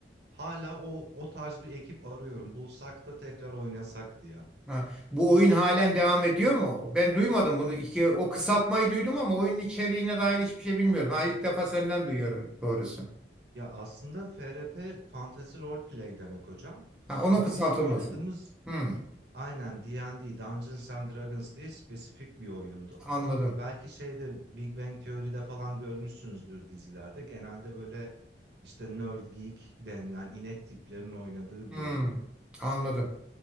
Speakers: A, on the right; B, in the centre.
A: Hala o o tarz bir ekip arıyorum. Bulsak da tekrar oynasak diye.
B: Ha, bu oyun halen devam ediyor mu? Ben duymadım bunu. İki, o kısaltmayı duydum ama oyunun içeriğine dair hiçbir şey bilmiyordum. Ha, ilk defa senden duyuyorum doğrusu.
A: Ya aslında FRP Fantasy Role Play demek hocam.
B: Ha, onun
A: Ama
B: kısaltılması.
A: bizim oynadığımız
B: Hmm,
A: aynen D&D Dungeons and Dragons diye spesifik bir oyundu.
B: anladım.
A: Belki şeyde Big Bang Theory'de falan görmüşsünüzdür dizilerde. Genelde böyle işte nerd geek denilen inek tiplerin oynadığı
B: Hmm,
A: bir oyun.
B: anladım.